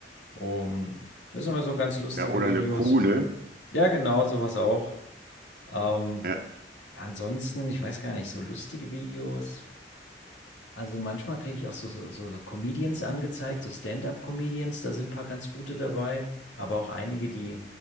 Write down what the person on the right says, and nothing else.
Ja, oder
eine Kuh, ne?
Ja,